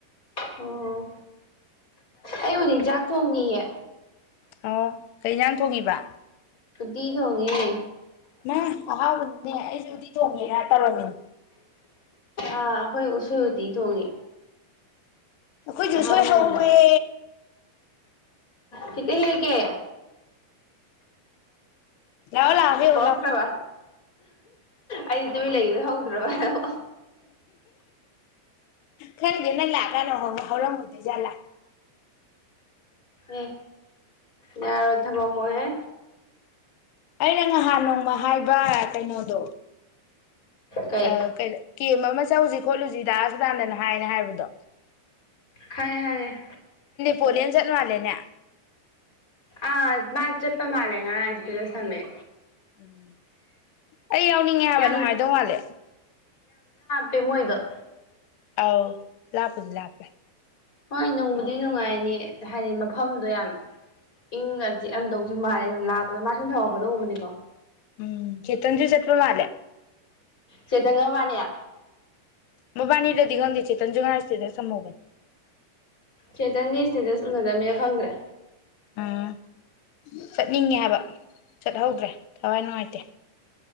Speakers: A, on the left (about 20°); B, on the left (about 80°).
A: ꯑꯣ ꯑꯩ ꯍꯧꯖꯤꯛ ꯆꯥꯛ ꯊꯣꯡꯉꯌꯦ
B: ꯑꯣ ꯀꯩ ꯌꯥꯝ ꯊꯣꯡꯉꯤꯕ
A: ꯗꯤꯗꯣꯡꯉꯦ
B: ꯃ ꯑꯍꯥꯎꯕꯅꯤꯅꯦ ꯑꯩꯁꯦ ꯎꯗꯤ ꯊꯣꯡꯉꯦꯅ ꯇꯧꯔꯃꯤꯅꯦ
A: ꯑꯥ ꯑꯩꯈꯣꯏ ꯎꯁꯨꯗꯤ ꯊꯣꯡꯉꯤ
B: ꯑꯩꯈꯣꯏꯁꯨ
A: ꯑꯍꯥꯎꯕꯅꯦ
B: ꯁꯣꯏ ꯍꯧꯔꯦ
A: ꯁꯤꯗ ꯍꯦꯀꯦ
B: ꯌꯥ ꯑꯣꯂ ꯍ ꯑꯣꯂ
A: ꯍꯧꯔꯛꯇ꯭ꯔꯕ ꯑꯩꯗꯤ ꯇꯨꯃꯤ ꯂꯩꯗ ꯍꯧꯗ꯭ꯔꯕ ꯅꯕꯣ
B: ꯈꯪꯗꯦ ꯅꯪ ꯂꯥꯛ ꯀꯅꯣ ꯍꯧꯔꯝꯒꯗꯣꯏ ꯖꯥꯠꯂꯥ
A: ꯑꯦ ꯌꯥꯔꯗ ꯃꯣꯃꯣꯏꯦ
B: ꯑꯩꯅ ꯉꯍꯥꯟ ꯅꯣꯡꯃ ꯍꯥꯏꯕ꯭ꯔ ꯀꯩꯅꯣꯗꯣ
A: ꯀꯩ
B: ꯑ ꯀ ꯀ ꯆꯠꯂꯨꯁꯤ ꯈꯣꯠꯂꯨꯁꯤꯗꯥꯥꯛꯁꯨꯗꯥꯗꯅ ꯍꯥꯏꯅ ꯍꯥꯏꯕꯗꯣ
A: ꯍꯥꯏꯌꯦꯦ ꯍꯥꯏꯌꯦꯦ
B: ꯄꯣꯂꯤꯌꯟ ꯆꯠ ꯃꯥꯂ ꯅ
A: ꯑ ꯃꯥꯜꯖꯄꯥ ꯃꯥꯂꯦꯅ ꯍꯥꯏꯁꯤꯗ ꯁꯃꯦ
B: ꯎꯝ ꯑꯩ ꯌꯥꯎꯅꯤꯡꯉꯦ ꯍꯥꯏꯕ
A: ꯌꯥꯝ
B: ꯅꯨꯡꯉꯥꯏꯗꯧ ꯃꯥꯜꯂꯦ
A: ꯇꯃꯣꯏꯗ
B: ꯑꯥꯎ ꯂꯥꯛꯄꯗ ꯂꯄꯦ
A: ꯍꯣꯏ ꯅꯨꯡꯕꯨꯗꯤ ꯅꯨꯡꯉꯥꯏꯅꯤ ꯍꯥꯏꯗꯤ ꯃꯐꯝꯗꯣ ꯌꯥꯝ ꯏꯪꯒ ꯆꯤꯛꯑꯝꯗꯧꯁꯨ ꯃꯥꯜꯂꯦ ꯑꯗꯨꯝ ꯂꯥꯞꯄꯗꯣ ꯃꯥ ꯁꯨꯝ ꯊꯧꯒꯛꯄꯗꯣ ꯎꯕꯅꯤꯀꯣ
B: ꯎꯝ ꯆꯦꯇꯟꯖ ꯆꯠꯄ ꯃꯥꯂꯦ
A: ꯆꯦꯇꯉ ꯐꯅꯦꯌꯥ
B: ꯃꯕꯥꯅꯤ ꯔꯗꯤꯒꯟꯗꯤꯦ ꯆꯦꯖ ꯉꯅꯥ ꯑꯁꯤꯁꯤ ꯁꯃꯣꯒꯅꯤ
A: ꯁꯦꯇꯅꯤ ꯏꯁꯇꯗꯁꯨ ꯎꯅꯗꯕꯃꯤꯅ ꯈꯪꯗ꯭ꯔꯦ
B: ꯎꯝ ꯆꯠꯅꯤꯡꯉꯦ ꯍꯥꯏꯕ ꯆꯠꯍꯧꯗ꯭ꯔꯦ ꯊꯋꯥꯏ ꯅꯨꯡꯉꯥꯏꯇꯦ